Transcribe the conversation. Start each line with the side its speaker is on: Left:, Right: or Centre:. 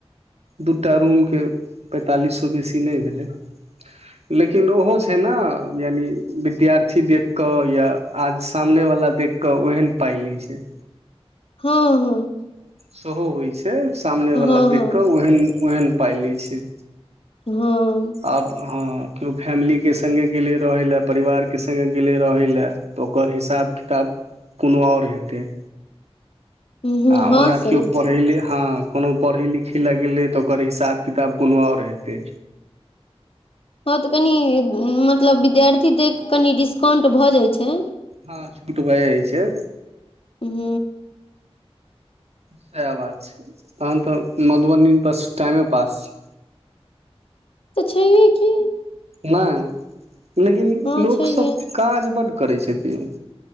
Right: दूटा रूम के पैंतालि सो बेसी नहि भेलै।
Left: <inaudible>
Right: लेकिन ओहो छै ने यानि विद्यार्थी देखिकऽ या आज सामने वाला देख कौ एहन पा लै छ
Left: हँ हँ
Right: सेहो होइ छै सामने
Left: हँ
Right: वला
Left: हँ
Right: देख कऽ ओहन ओहन पाय लै छै
Left: हँ
Right: आब हँ केओ फैमिलीके संगे गेले रहै लए परिवार के संगे गेलै रहै लए तऽ ओकर हिसाब किताब कोनो ओर हेतै
Left: हूँ
Right: आ
Left: हँ
Right: ओना
Left: सर
Right: ओ पढ़ैले हँ कोनो पढ़ै लिखै लगै तऽ ओकर हिसाब किताब कोनो ओर हेतै
Left: हँ तऽ कनि मतलब विद्यार्थी देख कऽ कनि डिस्काउंट भऽ जाइ छै
Right: हँ छूट भ हइ छै
Left: हू
Right: सएह बात छै तहन तऽ मधुबनी बस टाइमे पास छै
Left: तऽ छैहे की
Right: नहि लेकिन
Left: हँ
Right: लोकसभ
Left: छैहे
Right: काज बड्ड करै छथिन